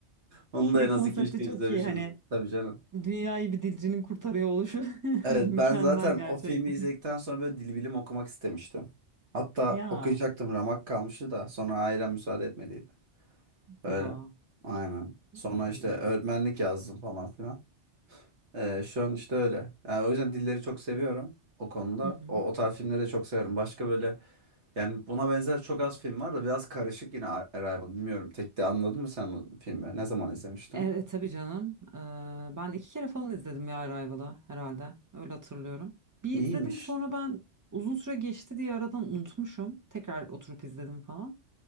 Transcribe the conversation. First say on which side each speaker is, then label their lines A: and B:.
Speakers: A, on the right; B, on the right.
A: Onu da
B: Şey
A: en az
B: konsepti
A: iki üç kez
B: çok
A: izlemişimdir.
B: iyi hani
A: Tabii canım.
B: dünyayı bir dilcinin kurtarıyor oluşu <laughs>
A: Evet
B: mükemmel
A: ben zaten
B: gerçekten.
A: o filmi izledikten sonra böyle dil bilim okumak istemiştim. Hatta
B: Ya
A: okuyacaktım ramak kalmıştı da sonra ailem müsaade etmediydi. Öyle.
B: ya.
A: Aynen. Sonra
B: Üzücü.
A: işte öğretmenlik yazdım falan filan. Ee, şu an işte öyle. Yani o yüzden dilleri çok seviyorum o konuda.
B: Hı hı.
A: O, o tarz filmleri de çok severim. Başka böyle yani buna benzer çok az film var da biraz karışık yine Ar- Arrival. Bilmiyorum. Tek de anladın mı sen o filmi? Ne zaman izlemiştin?
B: Evet tabii canım. Ee, ben iki kere falan izledim ya Arrival'ı herhalde. Öyle hatırlıyorum. Bir
A: İyiymiş.
B: izledim sonra ben uzun süre geçti diye aradan unutmuşum. Tekrar oturup izledim falan.